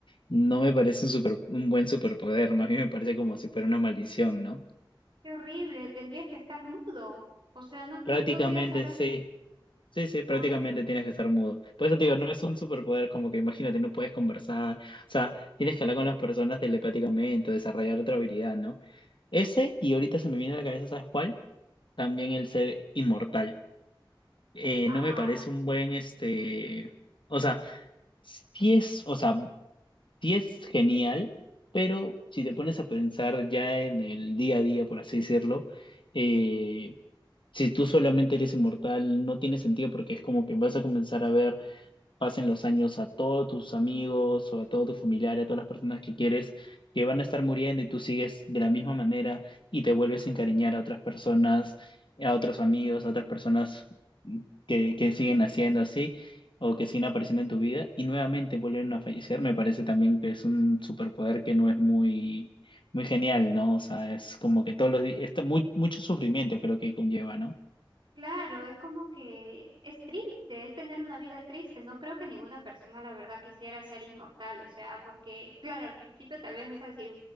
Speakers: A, on the left; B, on the right.
A: no me parece un super, un buen superpoder, más bien me parece como si fuera una maldición, ¿no?
B: qué horrible, tendrías que estar mudo. O sea, no,
A: Prácticamente
B: no podrías hablar
A: sí, sí, sí, prácticamente
B: Ay, no.
A: tienes que estar mudo. Por eso te digo, no es un superpoder como que imagínate, no puedes conversar, o sea, tienes que hablar con las personas telepáticamente, desarrollar otra habilidad, ¿no? Ese, y ahorita se me viene a la cabeza, ¿sabes cuál? También el ser inmortal. Eh,
B: Ah,
A: no me parece un
B: sí.
A: buen, este, o sea, sí es, o sea, Sí es genial, pero si te pones a pensar ya en el día a día, por así decirlo, eh, si tú solamente eres inmortal, no tiene sentido porque es como que vas a comenzar a ver pasen los años a todos tus amigos o a todos tus familiares, a todas las personas que quieres, que van a estar muriendo y tú sigues de la misma manera y te vuelves a encariñar a otras personas, a otros amigos, a otras personas que, que siguen haciendo así o que siguen apareciendo en tu vida y nuevamente vuelven a fallecer, me parece también que es un superpoder que no es muy, muy genial, ¿no? O sea, es como que todos los días, muy, mucho sufrimiento creo que conlleva, ¿no?
B: Claro, es como que es triste, es tener una vida triste. No creo que ninguna persona, la verdad, quisiera ser inmortal. O sea, porque, claro, al principio tal vez vas a decir,